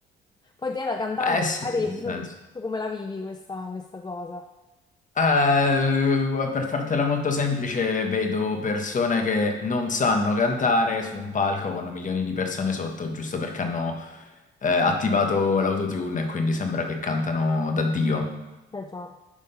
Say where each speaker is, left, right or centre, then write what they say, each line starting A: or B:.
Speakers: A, on the left; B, on the left.
A: Poi te da cantante,
B: Eh sì,
A: magari,
B: nel
A: <laughs>
B: senso.
A: tu come la vivi questa, questa cosa?
B: Eh, eh, per fartela molto semplice, vedo persone che non sanno cantare su un palco con milioni di persone sotto, giusto perché hanno eh, attivato l'autotune e quindi sembra che cantano da Dio.
A: Eh già.